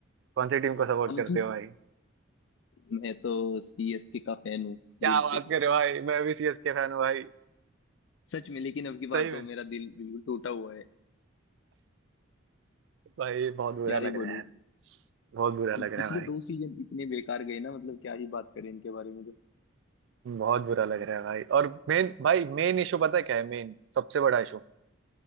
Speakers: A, on the right (about 65°); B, on the left (about 65°).
A: कौन सी टीम को सपोर्ट
B: हम
A: करते
B: तो
A: हो भाई
B: मैं तो सीएसके का फैन हूँ
A: क्या
B: दिल
A: बात
B: से
A: कर रहे हो भाई मैं भी सीएसके फैन हूँ भाई
B: सच में लेकिन अब की बार
A: सही में
B: तो मेरा दिल बिल्कुल टूटा हुआ है
A: भाई बहुत बुरा
B: क्या
A: लग
B: ही बोलूं
A: रहा बहुत बुरा लग
B: पिछले
A: रहा है भाई
B: दो सीजन इतने बेकार गए ना मतलब क्या ही बात करें इनके बारे में तो
A: बहुत बुरा लग रहा है भाई और मेन भाई मेन इशू पता है क्या है मेन सबसे बड़ा इशू